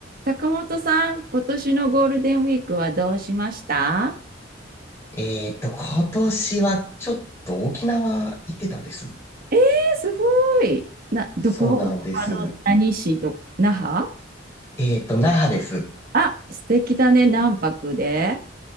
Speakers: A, on the right; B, on the left.
A: 坂本さん、今年のゴールデンウィークはどうしました
B: えーっと、今年はちょっと沖縄行ってたんです。
A: え、すごい。な、どこあの、
B: そうなんです。
A: 何市とか、那覇
B: えーっと、那覇です。
A: あ、素敵だね、何泊で。